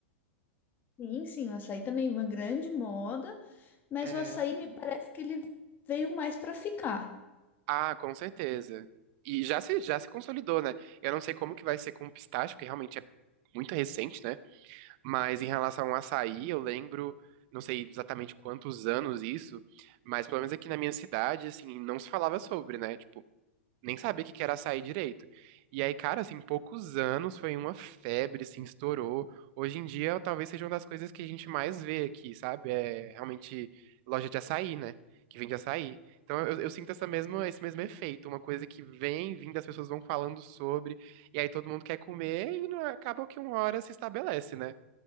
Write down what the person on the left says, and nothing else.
sim, sim, o açaí também é uma grande moda, mas
o açaí me parece que ele veio mais para ficar.